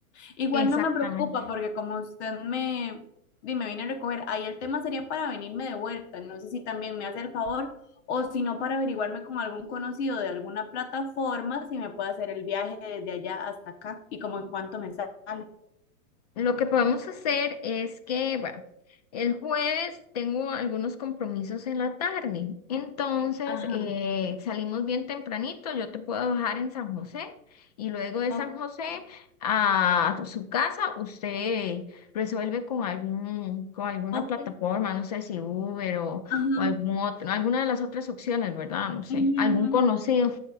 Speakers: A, on the left; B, on the left.
A: Igual
B: Exactamente.
A: no me preocupa porque como usted me, di, me viene a recoger, ahí el tema sería para venirme de vuelta. No sé si también me hace el favor o si no para averiguarme con algún conocido de alguna plataforma si me puede hacer el viaje desde allá hasta acá y como en cuánto me sale.
B: Lo que podemos hacer es que, bueno, el jueves tengo algunos compromisos en la tarde, entonces
A: Ajá,
B: eh, salimos bien tempranito, yo te puedo bajar en San José y luego de
A: ok,
B: San José a su casa usted resuelve con algún, con alguna
A: ok,
B: plataforma, no sé si Uber o,
A: ajá.
B: o algún otro, alguna de las otras opciones, ¿verdad? No sé,
A: ujú,
B: algún
A: ujú.
B: conocido.